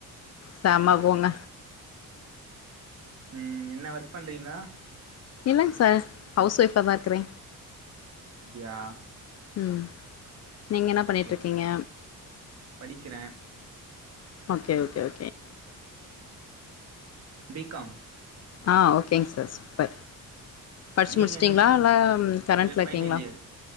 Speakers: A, on the left (about 45°); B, on the right (about 45°).
A: செம போங்க.
B: ம் என்ன ஒர்க் பண்றீங்ளா?
A: இல்லங் சார் ஹவுஸ் ஒஃபாதா இருக்கறே.
B: அப்டியா?
A: ம் நீங்க என்னா பண்ணிட்ருக்கீங்க?
B: ஓகே படிக்கிறே.
A: ஓகே ஓகே ஓ
B: பி காம்
A: ஆ ஓகேங் சார் சூப்ப. படிச்சு
B: நீங்க
A: முடிச்சிட்டிங்ளா
B: என்ன
A: இல்ல ம் கரண்ட்லக்கீங்ளா?
B: இல்ல ஃபைனல் இயர்